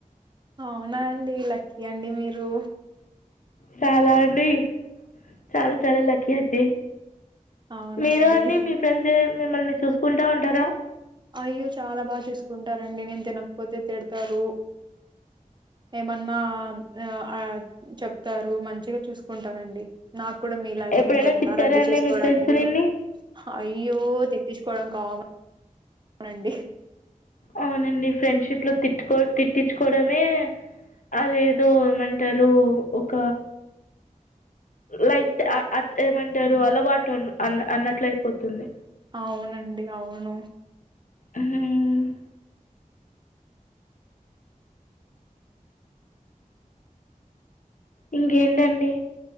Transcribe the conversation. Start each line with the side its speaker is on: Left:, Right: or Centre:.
Right: అవునా అండి, లక్కీ అండి మీరు.
Left: చాలా అండి, చాలా చాలా లక్కీ అండి.
Right: అవునా
Left: మీరు
Right: అండి.
Left: అండీ, మీ ఫ్రెండ్స్ మిమ్మల్ని చూసుకుంటా ఉంటారా?
Right: అయ్యో చాలా బాచూసుకుంటారండి, నేను తినకపోతే తిడతారు. ఏమన్నా ఆ ఆ చెప్తారు, మంచిగ చూసుకుంటారంండి. నాక్కుడా మీలాగే
Left: ఎప్పుడైనా
Right: ముగ్గురున్నారండి
Left: తిట్టారా అండి
Right: చూసుకోడానికి.
Left: మీ ఫ్రెండ్స్ నిన్ని
Right: అయ్యో, తి తీసుకోడం కామ నండి
Left: అవునండి ఫ్రెండ్షిప్ లో తిట్టుకొ తిట్టించుకోడమే అదేదో ఏమంటారు ఒక లైఫ్ అ ఆ ఏమంటారు అలవాటు అ అన్నట్లు అయిపోతుంది.
Right: అవునండి అవును
Left: హ్మ్ ఇంకేంటండి